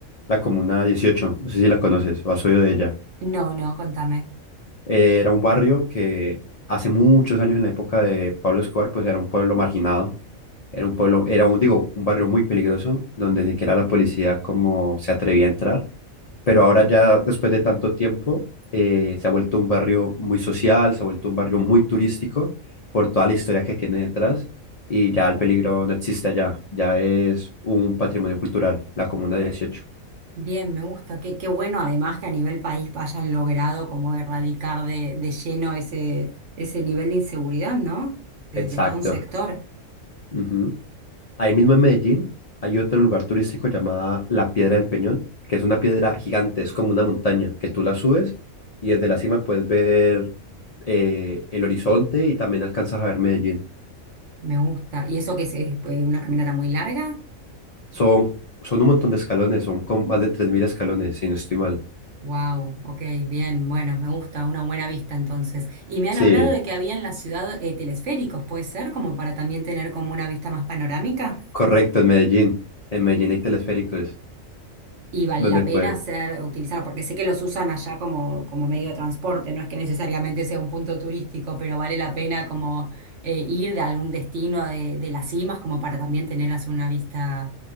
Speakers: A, on the left (about 60°); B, on the right (about 60°).
A: la Comuna 18. No sé si la conoces o has oído de ella.
B: No, no, contame.
A: Eh, Era un barrio que hace muchos años en la época de Pablo Escobar, pues era un pueblo marginado. Era un pueblo, era un, digo, un barrio muy peligroso, donde ni siquiera la policía como se atrevía a entrar. pero ahora
B: Ok.
A: ya después de tanto tiempo eh, se ha vuelto un barrio muy social, se ha vuelto un barrio muy turístico por toda la historia que tiene detrás y ya el peligro no existe allá, ya es un patrimonio cultural, la Comuna dieciocho
B: Bien, me gusta. Qué, qué bueno además que a nivel país hayan logrado como erradicar de, de lleno ese, ese nivel de inseguridad, ¿no? De,
A: Exacto.
B: de todo un sector.
A: Ujú. Ahí mismo en Medellín hay otro lugar turístico llamada la Piedra del Peñón, que es una piedra gigante, es como una montaña que tú la subes y desde la cima puedes ver eh, el horizonte y también alcanzas a ver Medellín.
B: Me gusta. ¿Y eso que es, es, eh, una caminata muy larga?
A: Son, son un montón de escalones, son con más de 3.000 escalones, si no estoy mal.
B: Wow, ok, bien, bueno, me gusta, una buena vista entonces. Y me han
A: Sí,
B: hablado de que había en la ciudad eh, telesféricos, ¿puede ser? Como para también tener como una vista más panorámica.
A: correcto, en Medellín. En Medellín hay telesféricos,
B: y vale
A: donde
B: la
A: puedes.
B: pena hacer, utilizarlos porque sé que los usan allá como, como medio de transporte, no es que necesariamente sea un punto turístico, pero vale la pena como eh, ir de algún destino de, de las cimas como para también tener así una vista